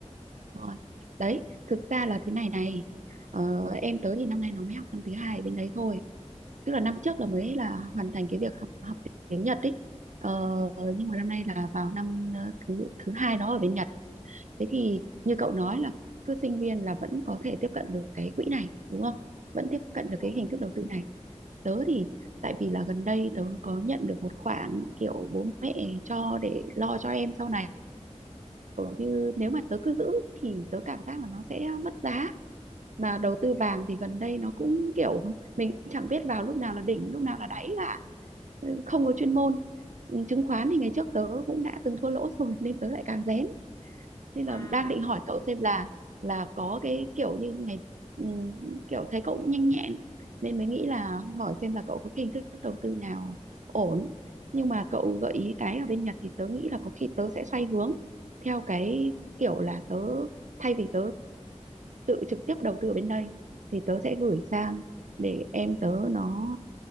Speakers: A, on the right; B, on the left.
A: Đúng rồi đấy thực ra là thế này này ờ, em tớ thì năm nay nó mới học năm thứ hai ở bên đấy thôi tức là năm trước là mới là hoàn thành cái việc học học tiếng Nhật ấy ờ, nhưng mà năm nay là vào năm ờ, thứ thứ hai đó ở bên Nhật thế thì như cậu nói là cứ sinh viên là vẫn có thể tiếp cận được cái quỹ này đúng không vẫn tiếp
B: đúng
A: cận được
B: rồi
A: cái hình thức đầu tư này tớ thì tại vì là gần đây tớ có nhận được một khoản kiểu bố mẹ cho để lo cho em sau này như nếu mà tớ cứ giữ thì tớ cảm giác là nó sẽ mất giá mà đầu tư vàng thì gần đây nó cũng kiểu mình chẳng biết vào lúc nào là đỉnh lúc nào là đáy cả Ừ, không có chuyên môn Ừ, chứng khoán thì ngày trước tớ cũng đã từng thua lỗ rồi nên tớ lại càng rén nên
B: à,
A: là đang định hỏi cậu xem là là có cái kiểu như ngày ừ, kiểu thấy cậu cũng nhanh nhẹn nên mới nghĩ là hỏi xem là cậu có cái hình thức đầu tư nào ổn nhưng mà cậu gợi ý cái ở bên Nhật thì tớ nghĩ là có khi tớ sẽ xoay hướng theo cái kiểu là tớ thay vì tớ tự trực tiếp đầu tư ở bên đây thì tớ sẽ gửi sang để em tớ nó